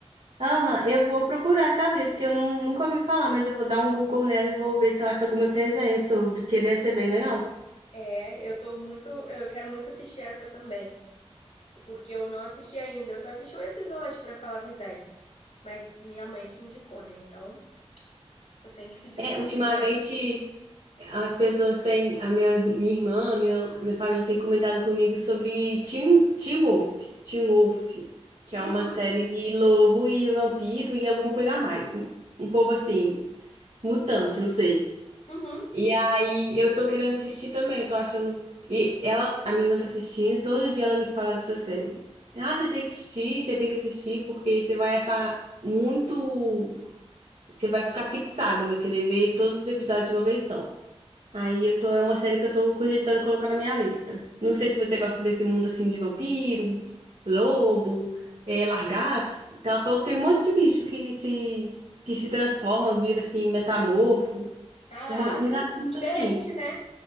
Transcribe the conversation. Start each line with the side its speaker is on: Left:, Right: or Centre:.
Right: Aham, eu vou procurar saber, porque eu não, nunca ouvi falar, mas eu vou dar um Google nela e vou ver se eu acho algumas resenhas sobre, que deve ser bem legal.
Left: É, eu tô muito, eu quero muito assistir essa também, porque eu não assisti ainda, eu só assisti um episódio, pra falar a verdade. Mas minha mãe que indicou, né? Então, eu tenho que seguir
Right: É,
Left: os conselhos
Right: ultimamente
Left: dela.
Right: as pessoas têm, a minha, minha irmã, minha, minha família tem comentado comigo sobre Teen, Teen Wolf, Teen Wolf, que é
Left: Uhum,
Right: uma série de lobo e vampiro e alguma coisa a mais. Um um povo assim, mutante, não sei.
Left: uhum.
Right: E aí eu tô querendo assistir também, eu tô achando. E ela, a minha irmã tá assistindo, e todo dia ela me fala dessa série. Ah, você tem que assistir, você tem que assistir, porque você vai achar muito. Você vai ficar fixada, vai querer ver todos os episódios de uma vez só. Aí eu tô, é uma série que eu tô cogitando colocar na minha lista. Não sei se você gosta desse mundo assim de vampiro, lobo, eh, largatos. Então, ela falou que tem um monte de bicho que se, que se transforma, vira assim, metamorfo.
Left: Caraca,
Right: Uma, um assunto
Left: diferente,
Right: assim.
Left: né?